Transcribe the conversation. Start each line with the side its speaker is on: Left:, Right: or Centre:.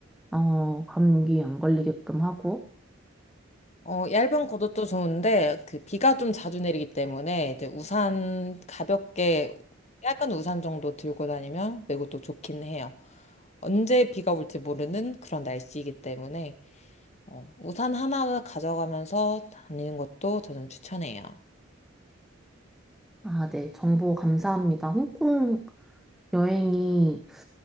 Centre: 어, 감기 안 걸리게끔 하고.
Left: 어, 얇은 겉옷도 좋은데, 그 비가 좀 자주 내리기 때문에, 이제 우산 가볍게, 약간 우산 정도 들고 다니면 매우 또 좋긴 해요. 언제 비가 올지 모르는 그런 날씨이기 때문에, 어, 우산 하나 가져가면서 다니는 것도 저는 추천해요.
Centre: 아, 네, 정보 감사합니다. 홍콩 여행이